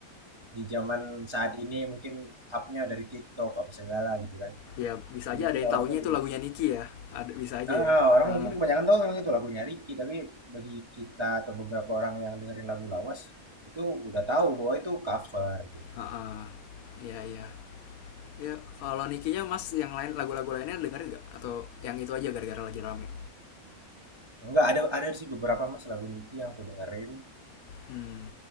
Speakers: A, on the right (about 40°); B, on the left (about 80°).
A: di zaman saat ini mungkin upnya dari TikTok apa segala gitu kan
B: ya bisa
A: Jadi
B: aja
A: mungkin
B: ada yang taunya
A: orang tuh
B: itu
A: lebih-
B: lagunya Niki ya ada bisa aja
A: ah,
B: ya
A: orang
B: Heeh.
A: mungkin kebanyakan tahu memang itu lagunya Ricky, tapi bagi kita atau beberapa orang yang dengerin lagu lawas itu udah tahu bahwa itu cover. gitu.
B: Heeh. ya iya ya kalau Nikinya mas yang lain lagu-lagu lainnya dengerin nggak atau yang itu aja gara-gara lagi rame
A: Enggak ada ada sih beberapa mas lagu Niki yang aku dengerin,
B: hmm.